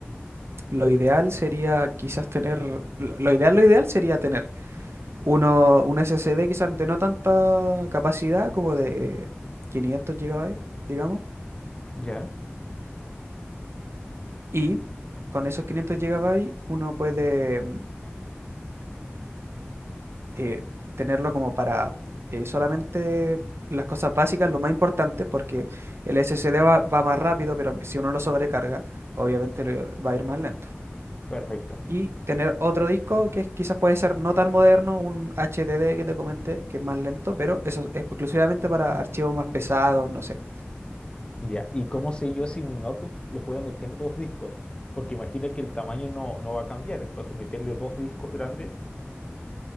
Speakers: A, on the right; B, on the left.
A: Lo ideal sería quizás tener, lo lo ideal, lo ideal sería tener uno, un SSD quizás de no tanta capacidad como de 500 gigabytes, digamos,
B: Ya,
A: y con esos 500 gigabytes uno puede mm, eh, tenerlo como para eh, solamente las cosas básicas, lo más importante, porque el SSD va, va más rápido, pero si uno lo sobrecarga, obviamente le va a ir más lento.
B: perfecto.
A: Y tener otro disco que es- quizás puede ser no tan moderno, un HDD que te comenté, que es más lento, pero eso es exclusivamente para archivos más pesados, no sé.
B: Ya, ¿y cómo sé yo si mi notebook le puedo meter dos discos? Porque imagina que el tamaño no, no va a cambiar, entonces meterle dos discos grandes,